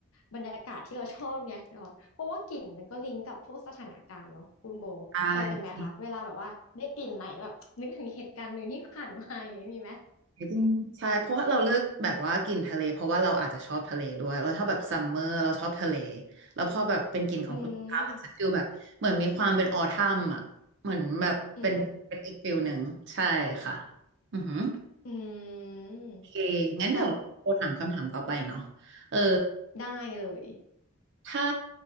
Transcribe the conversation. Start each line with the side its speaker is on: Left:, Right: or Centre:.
Left: บรรยากาศที่เราชอบไงเออเพราะว่ากลิ่นมันก็ลิงก์กับพวกสถานการณ์เนาะคุณโบเคยเป็นไหมคะเวลาแบบว่าได้กลิ่นไหนแล้วแบบนึกถึงเหตุการณ์หนึ่งที่ผ่านมาอย่างนี้มีไหม
Right: ได้จริงๆใช่เพราะว่าเราเลือกแบบว่ากลิ่นทะเลเพราะว่าเราอาจจะชอบทะเลด้วยเราชอบแบบซัมเมอร์เราชอบทะเลแล้วพอแบบเป็นกลิ่นของคุณตามันจะฟิลแบบเหมือนมีความเป็นออทัมอ่ะเหมือนแบบเป็นเป็นอีกฟิลหนึ่งใช่ค่ะ
Left: อืมอืม
Right: อือหือ
Left: อืม
Right: โอเคงั้นเดี๋ยวโอถามคำถามต่อไปเนาะ
Left: ค่ะ
Right: เออ
Left: ได้เลย
Right: ถ้า